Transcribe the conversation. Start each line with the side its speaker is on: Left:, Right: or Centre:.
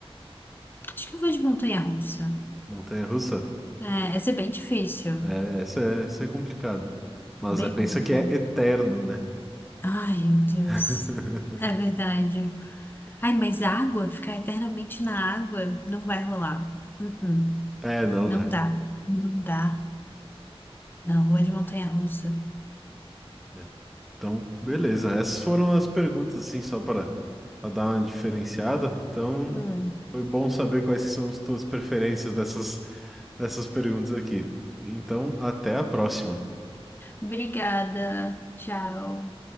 Left: Acho que eu vou de montanha-russa.
Centre: Montanha-russa?
Left: É,
Centre: É,
Left: essa é bem difícil,
Centre: é, essa é, essa é complicado.
Left: bem
Centre: Mas é, pensa
Left: complicado.
Centre: que é eterno, né?
Left: Ai, meu Deus.
Centre: <laughs>
Left: É verdade. Ai, mas água, ficar eternamente na água não vai rolar. Uhum.
Centre: É, não,
Left: Não
Centre: né?
Left: dá, não dá. Não, vou de montanha-russa.
Centre: É. Então, beleza. Essas foram as perguntas, assim, só para dar uma diferenciada. Então,
Left: Hum.
Centre: foi bom saber quais que são as tuas preferências dessas, dessas perguntas aqui. Então, até a próxima.
Left: Obrigada, tchau.